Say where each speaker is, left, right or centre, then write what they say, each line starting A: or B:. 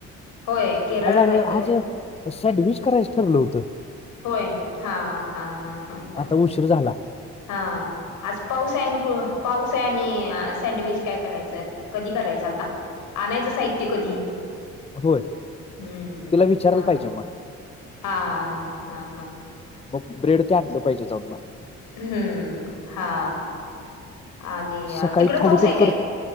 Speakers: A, on the left; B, on the left.
A: होय केरळला
B: आज आज
A: जायचं होय
B: सॅडविच करायचं ठरलं होतं.
A: होय हा हा हा हा ह
B: आता उशीर झाला
A: हा आज पाऊस आहे आणि कुळ पाऊस आहे आणि सँडविच काय करायचंय कधी करायचं आता? आणायचं साहित्य कधी?
B: होय
A: हम्म
B: तिला विचारायला
A: हा
B: पाहिजे मग.
A: हा हा हा
B: मग ब्रेड ते आणलं पाहिजे जाऊन म
A: हम्म हा आणि
B: सकाळी
A: तिकड
B: थालीपीठ
A: पाऊस आहे
B: कर
A: काय?